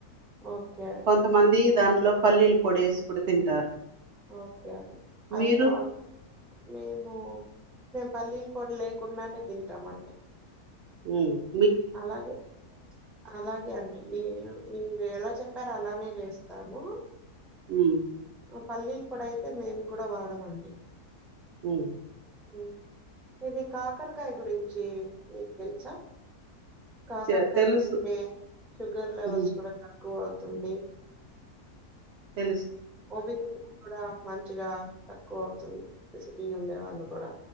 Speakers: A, in the centre; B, on the right (about 60°).
A: ఓకే అండి
B: కొంతమంది దాంట్లో పల్లీలు పోడేసి కూడా తింటారు.
A: ఓకే అండి. అది
B: మీరు
A: బావుం మేము మేము పల్లీలు పొడి లేకుండానే తింటాం అండి.
B: ఉహ్ హు
A: అలాగే అలాగే అండి మీ మీరు ఎలా చెప్ చెప్పారో అలానే చేస్తాము.
B: ఉహ్మ్మ్
A: ఆ పల్లీల పొడి అయితే మేము కూడా వాడమండి.
B: ఉహ్
A: ఉహ్ ఇది కాకరకాయ గురించి. మీకు తెలుసా? కాకర్కాయ
B: చే- తెలుసు
A: తింటే శుగర్ లెవల్స్
B: ఉమ్,
A: కూడా తగ్గు కు అవుతుంది
B: తెలుచూ
A: <unintelligible> మంచిగా తక్కువ అవుతుంది. ఫెసిపిటీ ఉండే వాళ్ళు కూడా